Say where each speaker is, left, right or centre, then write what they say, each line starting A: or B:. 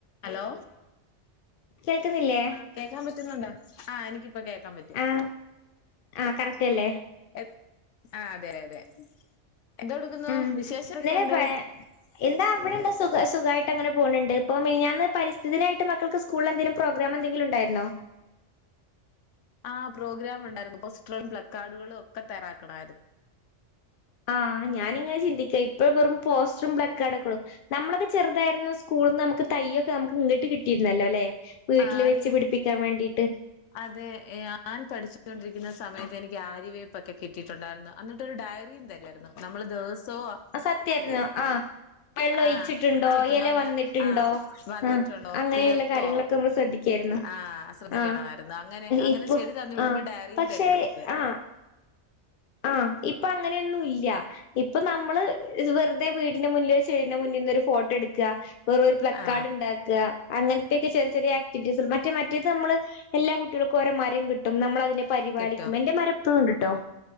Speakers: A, on the left; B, on the left.
A: Hello
B: കേൾക്കുന്നില്ലേ
A: ആഹ് കേക്കാം പറ്റുന്നുണ്ടോ ആഹ് എനിക്കിപ്പം കേക്കാം പറ്റും
B: ആഹ് ആഹ് കറക്റ്റല്ലേ
A: എ ആ അതെ അതെ എന്തോ എടുക്കുന്നു
B: ഉം
A: വിശേഷരൊക്കെയുണ്ട്
B: ഇന്നലെ പ എന്താ അവിടെ എന്താ സുഖ സുഖമായിട്ട് അങ്ങനെ പോണുന്നുണ്ട് ഇപ്പം മിനിഞ്ഞാന്ന് പരിസ്ഥിതിദിനമായിട്ട് മക്കൾക്ക് സ്‌ - സ്കൂളിൽ എന്തെങ്കിലും പ്രോഗ്രാം എന്തെിലും ഉണ്ടായിരുന്നോ
A: ആ പ്രോഗ്രാം ഉണ്ടായിരുന്നു പോസ്റ്ററും ഫ്ളക്ക് കാർഡുകളും ഒക്കെ തയ്യറാക്കണമായിരുന്നു
B: ആഹ് ഞാനിങ്ങനെ ചിന്തിക്കുവാ ഇപ്പ വെറും പോസ്റ്ററും ഫ്ളക്ക്കാർഡുകളും- നമ്മളൊക്കെ ചെറുതായിരുന്നു സ്കൂളിൽ നിന്ന് നമുക്ക് തയ്യൊക്കെ നമുക്ക് ഇങ്ങിട്ട് കിട്ടിയിരുന്നല്ലോ അല്ലെ വീട്ടില്
A: ആ അതെ
B: വെച്ച് പിടിപ്പിക്കാൻ വേണ്ടിട്ട്
A: അതെ ഞാൻ പഠിച്ചുണ്ടിരിക്കുന്ന സമയത്ത് എനിക്ക് ആര്യവെയ്പ്പ് കിട്ടിയിട്ടുണ്ടായിരുന്നു എന്നിട്ട് ഒരു ഡയറിയും തരും നമ്മള് ദെവസവും-
B: അത് സത്യായിരുന്നു ആഹ് വെള്ളം ഒഴിച്ചിട്ടുണ്ടോ
A: ആ ഉണ്ടാവുന്ന
B: എല വന്നിട്ടുണ്ടോ
A: ആ വന്നിട്ടുണ്ടോ
B: ഉം അങ്ങനെയുള്ള
A: കിളിർത്തോ
B: കാര്യങ്ങളൊക്കെ നമ്മള് ശ്രദ്ധിക്കും ക്കാരുന്നു
A: ആ ശ്രദ്ധിക്കണമായിരുന്നു
B: ആ
A: അങ്ങനെ അങ്ങനെ
B: ഇപ്പൊ
A: ചെടി തന്നു വിടുമ്പോ
B: ആ
A: ഡയറിയും
B: പക്ഷെ
A: തരും നമുക്ക്
B: ആഹ് ആഹ് ഇപ്പൊ അങ്ങനെയൊന്നും ഇല്ല ഇപ്പൊ നമ്മള് വെറു തെ വീടിന്റെ മുന്നിൽ ചെടീന്റെ മുന്നിൽ നിന്ന് ഒരു ഫോട്ടോ എടുക്കുക വെറും ഒരു പ്ലക്
A: ആ
B: കാർഡ് ഉണ്ടാക്കു ക്കുക അങ്ങനത്തെയൊക്കെ ചെറിയ ചെറിയ ആക്ടിവിറ്റീസ് മറ്റ മറ്റേത് നമ്മള് എല്ലാ കുട്ടികൾക്കും ഓരോ മരവും കി ട്ടും നമ്മളതിനെ പരിപാലിക്കും
A: കിട്ടും
B: എന്റെ മരം ഇപ്പഴും ഉണ്ട് കേട്ടോ